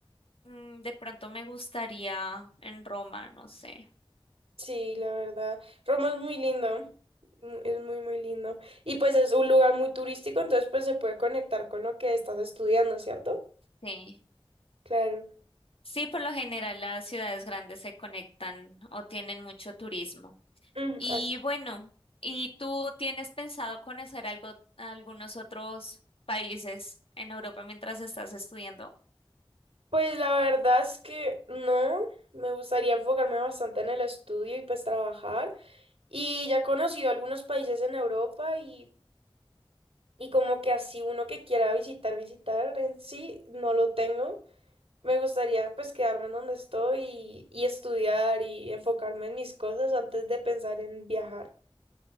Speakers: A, on the left (about 75°); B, on the right (about 80°).
A: mm, de pronto me gustaría en Roma, no sé.
B: Sí, la verdad. Roma es muy lindo, mu- es muy, muy lindo. Y pues es un lugar muy turístico, entonces pues se puede conectar con lo que estás estudiando, ¿cierto?
A: Sí.
B: Claro.
A: Sí, por lo general las ciudades grandes se conectan o tienen mucho turismo.
B: Mm,
A: Y
B: as-
A: bueno, ¿y tú tienes pensado conocer algo, algunos otros países en Europa mientras estás estudiando?
B: Pues la verdad es que no, me gustaría enfocarme bastante en el estudio y pues trabajar. Y ya he conocido algunos países en Europa y, y como que así uno que quiera visitar, visitar en sí, no lo tengo. Me gustaría pues quedarme en donde estoy y, y estudiar y enfocarme en mis cosas antes de pensar en viajar.